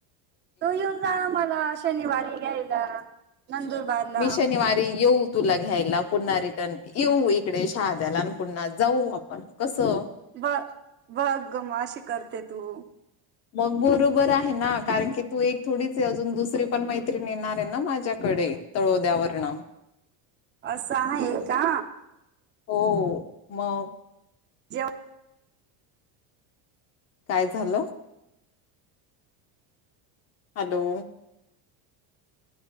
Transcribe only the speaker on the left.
मी शनिवारी येऊ तुला घ्यायला पुन्हा रिटर्न येऊ एक तीकडे शहाद्याला पुन्हा जाऊ पण कसं
मग बरोबर आहे ना कारण की तू एक थोडीच अजून दुसरी पण मैत्रीणी येणार आहे ना माझ्याकडे तळोद्यावरन
हो मग
काय झालं हॅलो